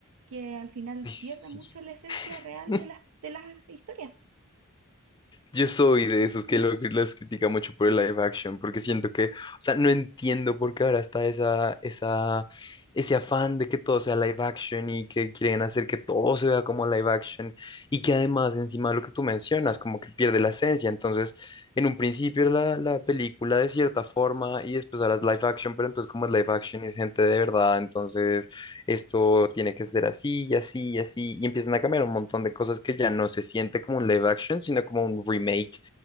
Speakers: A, on the right; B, on the left.
A: que al final
B: Ay, sí.
A: pierde mucho la esencia real
B: <laughs>
A: de las, de las historias.
B: Yo soy de esos que lo- las critica mucho por el live action, porque siento que, o sea, no entiendo por qué ahora está esa, esa, ese afán de que todo sea live action y que quieren hacer que todo se vea como live action y que además encima de lo que tú mencionas, como que pierde la esencia. Entonces, en un principio era la, la película de cierta forma y después ahora es live action, pero entonces como es live action y es gente de verdad, entonces... esto tiene que ser así y así y así, y empiezan a cambiar un montón de cosas que ya no se siente como un live action, sino como un remake